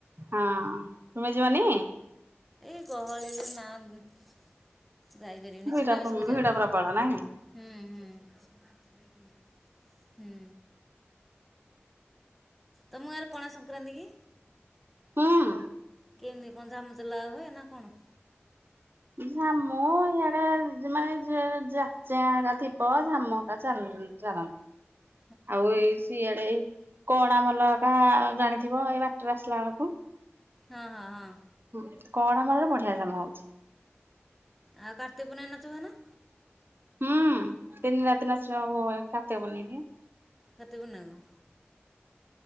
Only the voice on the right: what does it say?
ହଁ ତୁମେ ଯିବନି?
ଭିଡ
ଭିଡ ପ୍ରବଳ ନାଇଁ
ହୁଁ
ଝାମୁ ଇଆଡେ ମାନେ ଯ ଜାଚା ଆକା ଥିବ ଝାମୁକା ଚା ଚାଲନ୍ତି।
ଆଉ ଏଇ ସିଆଡେ କଡ ମାଲକା ଜାଣିଥିବ ଏଇ ବାଟରେ ଆସିଲା ବେଳକୁ।
ହୁଁ କଡମାଲିରେ ବଢିଆ ଜାମ ହଉଛି।
ହୁଁ ତିନି ରାତି ନାଚିବା ହବ ଏ କାର୍ତ୍ତିକପୂର୍ଣ୍ଣମୀ କି।